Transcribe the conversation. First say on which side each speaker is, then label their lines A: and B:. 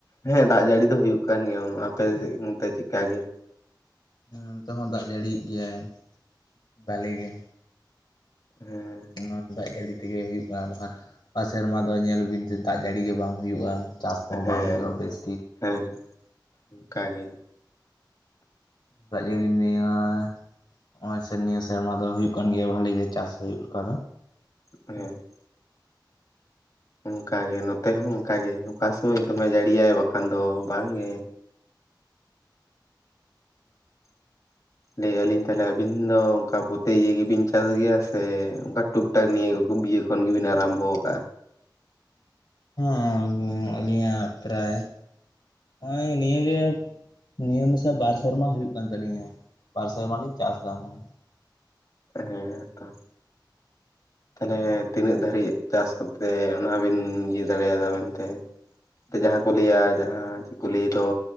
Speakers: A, on the left; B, on the left.
A: ᱦᱮᱸ ᱫᱟᱜ ᱡᱟᱹᱲᱤ ᱫᱚ ᱦᱩᱭᱩᱜ ᱠᱟᱱ ᱜᱮᱭᱟ, ᱚᱱ ᱟᱯᱮ ᱥᱮᱜ ᱚᱱᱛᱮ ᱪᱮᱜᱠᱟ ᱜᱮ?
B: ᱱᱚᱱᱛᱮ ᱦᱚᱸ ᱫᱟᱜ ᱡᱟᱹᱲᱤᱭᱮᱜ ᱜᱮᱭᱟᱭ ᱵᱷᱟᱞᱮ ᱜᱮ᱾
A: ᱦᱮᱸᱻ
B: ᱱᱚ ᱫᱟᱜ ᱡᱟᱹᱲᱤ ᱛᱮᱜᱮ ᱦᱩᱭᱩᱜ ᱟ ᱵᱟᱠᱷᱟᱱ ᱚᱠᱟ ᱥᱮᱨᱢᱟ ᱫᱚ ᱧᱮᱞ ᱵᱤᱱᱥᱮ ᱫᱟᱜ ᱡᱟᱹᱲᱤ ᱜᱮ ᱵᱟᱝ ᱦᱩᱭᱩᱜᱼᱟ᱾ ᱪᱟᱥ ᱠᱚᱦᱚᱸ ᱵᱟᱝ
A: ᱦᱮᱸ
B: ᱦᱩᱭᱩᱜᱼᱟ ᱵᱮᱥ ᱴᱷᱤᱠ
A: ᱦᱮᱸ ᱚᱝᱠᱟ ᱜᱮ᱾
B: ᱫᱟᱜ ᱡᱟᱹᱲᱤ <unintelligible> ᱱᱚᱜᱼᱚᱭ ᱥᱮ ᱱᱤᱭᱟᱹ ᱥᱮᱨᱢᱟ ᱫᱚ ᱦᱩᱭᱩᱜ ᱠᱟᱱ ᱜᱮᱭᱟ ᱵᱷᱟᱞᱤ ᱜᱮ ᱪᱟᱥ ᱦᱩᱭᱩᱜ ᱞᱮᱠᱟ ᱫᱚ᱾
A: ᱦᱮᱸ ᱚᱝᱠᱟᱜᱮ ᱱᱚᱛᱮ ᱦᱚᱸ ᱚᱝᱠᱟᱜᱮ ᱚᱠᱟ ᱥᱚᱢᱚᱭ ᱫᱚᱢᱮ ᱡᱟᱹᱲᱤᱭᱟᱭ ᱵᱟᱠᱷᱟᱱ ᱫᱚ ᱵᱟᱝᱜᱮ᱾ <inaudible> ᱞᱮᱹᱭ ᱟᱞᱤᱧ ᱛᱟᱦᱞᱮ ᱟᱵᱤᱱ ᱫᱚ ᱚᱝᱠᱟ ᱯᱚᱛᱮ ᱤᱭᱟᱹ ᱜᱮᱵᱤᱱ ᱪᱟᱥ ᱜᱮᱭᱟ ᱥᱮ ᱚᱝᱠᱟ? ᱴᱩᱠ ᱴᱟᱠ ᱱᱤᱭᱟᱹ ᱩᱯᱩ ᱵᱤᱭᱮ ᱠᱷᱚᱱ ᱜᱮᱵᱤᱱ ᱟᱨᱟᱢᱵᱚ ᱠᱟᱜᱼᱟ?
B: ᱦᱮᱸᱟᱞᱤᱧ ᱟᱹᱞᱤᱧᱟᱜ ᱯᱨᱟᱭ ᱦᱸᱚᱜᱼᱚᱭ ᱱᱤᱭᱟᱹᱜᱮ ᱱᱤᱭᱟᱹ ᱢᱮᱥᱟ ᱵᱟᱨ ᱥᱮᱨᱢᱟ ᱦᱩᱭᱩᱜ ᱠᱟᱱ ᱛᱟᱹᱞᱤᱧᱟ, ᱵᱟᱨ ᱥᱮᱨᱢᱟ ᱞᱤᱧ ᱪᱟᱥ ᱫᱟ ᱢᱟᱱᱮ᱾
A: ᱦᱮᱸ ᱛᱚ᱾
B: <inaudible>
A: ᱛᱟᱦᱞᱮ ᱛᱤᱱᱟᱹᱜ ᱫᱷᱟᱨᱤᱡ ᱪᱟᱥ ᱠᱟᱛᱮᱜ ᱚᱱᱟ ᱵᱤᱱ ᱤᱭᱟᱹ ᱫᱟᱲᱮᱭᱟᱫᱟ ᱢᱮᱱᱛᱮ ᱡᱟᱦᱟᱸ ᱠᱚ ᱞᱟᱹᱭᱟ ᱡᱟᱦᱟᱸ ᱪᱮᱜ ᱠᱚ ᱞᱟᱹᱭ ᱫᱚ,